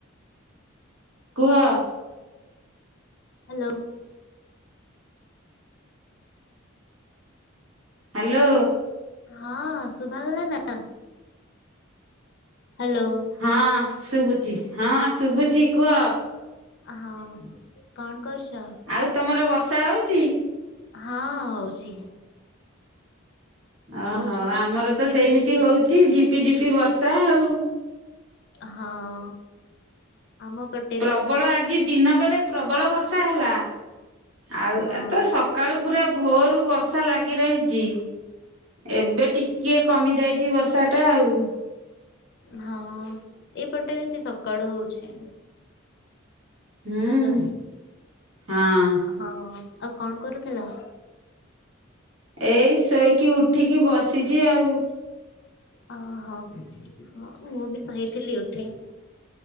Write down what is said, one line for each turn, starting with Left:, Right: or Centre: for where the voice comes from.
Right: କୁଅ!
Left: Hello
Right: hello!
Left: ହଁ ଶୁଭାଗଲା ନାଁ! ହାଲୋ!
Right: ହଁ ଶୁବୁଚି ହଁ ଶୁବୁଚି କୁଅ!
Left: ହ କଣ କରୁଚ!
Right: ଆଉ ତମର ବର୍ଷା ଆଉଚି!
Left: ହଁ ହଉଚି।
Right: ଅହ
Left: ହଉଛି
Right: ଆମରତ
Left: ବା ଏବେ
Right: ସେମିତି
Left: ବି
Right: ହଉଚି ଝିପି ଝିପି ବର୍ଷା ଆଉ।
Left: ହଅ ଆମ ପେଟ
Right: ପ୍ରବଳ ଆଜି ଦିନ ବେଳେ ପ୍ରବଳ ବର୍ଷା ହେଲା! ଆଉ
Left: ହଁ
Right: ଏ ତସ ସକାଳୁ ପୁରା ଭୋରୁ ବର୍ଷା ଲାଗି ରହିଚି। ଏବେ ଟିକେ କମି ଯାଇଚି ବର୍ଷା ଟା ଆଉ।
Left: ହଁ ଏଇପଟେ ବେଶୀ ସକାଳୁ ହଉଚି।
Right: ହୁଁ
Left: ହାଲୋ
Right: ହଁ
Left: ହଁ ଆଉ କଣ କରୁଥିଲ!
Right: ଏଇ ଶୋଇକି ଉଠିକି ବସିଚି ଆଉ।
Left: ଓହୋ ହଁ ମୁଁ ବି ସହିଥିଲି ଉଠେ